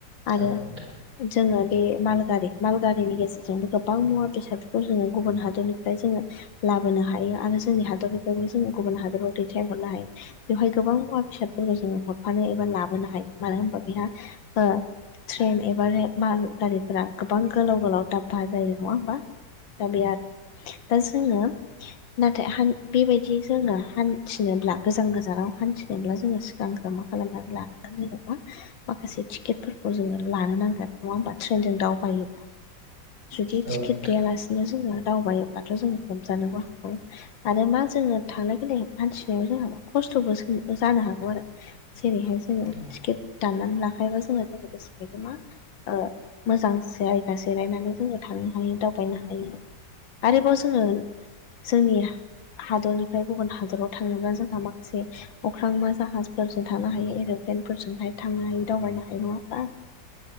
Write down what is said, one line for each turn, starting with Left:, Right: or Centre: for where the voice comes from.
Left: आरो
Right: औ नोंथां
Left: जोङो बे माल गारि मालगारिनि गेजेरजोंबो गोबां मुवा बेसादफोरखौ जोङो गुबुन हादरनिफ्राय जोङो लाबोनो हायो आरो जोंनि हादरनिफ्रायनो जों गुबुन हादराव दैथायहरनो हायो। बेवहाय गोबां मुवा बेसादफोरखौ जोङो हरफानो एबा लाबोनो हायो मानो होनबा बेहा ओ ट्रेन एबा माल गारिफोरा गोबां गोलाव गोलाव दाब्बा जायो नङा होमबा। दा बे आरो दा जोङो नाथाय हान बेबायदि जोङो हान्थिनोब्ला गोजान गोजानाव हान्थिनोब्ला जोङो गानग्र मा खालामनानै लानांगोन जेनेबा माखासे टिकेटफोरखौ जोङो लानो नांगोन। नङा होमबा ट्रेनजों दावबायोब्ला जुदि
Right: औ
Left: टिकेट
Right: नोंथां
Left: गैयालासिनो जोङो दावबायायोब्लाथ' जोङो हमजानोबो हागौ। आरो मा जोङो थांलाय फैलाय हान्थिनायाव जोंहा खस्थ'बो जानो हागौ आरो। जेरैहाय जोङो
Right: औ
Left: टिकेट दाननानै लाखायोबा जोङो जों गोसो बायदि मा ओ मोजां जायगा जिरायनानै जोङो थांनो हायो दावबायनो हायो। आरोबाव जोङो जोंनि हादरनिफ्राय गुबुन हादराव थांङोब्ला जोंहा माखासे अख्रां मा जाहाजफोरजों थांनो हायो एर'प्लेनफोरजोंहाय थांनो हायो दावबायनो हायो नङा होनबा?